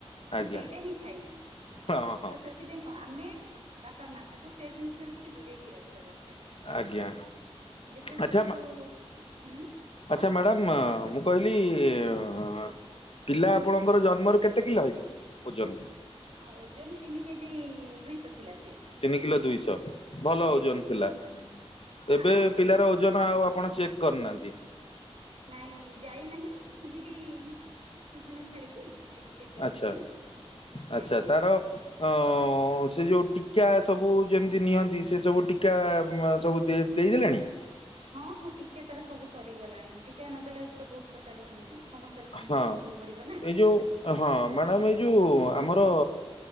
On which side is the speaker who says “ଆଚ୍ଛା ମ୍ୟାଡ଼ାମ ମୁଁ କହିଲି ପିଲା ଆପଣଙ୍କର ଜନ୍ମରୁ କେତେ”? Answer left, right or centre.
Left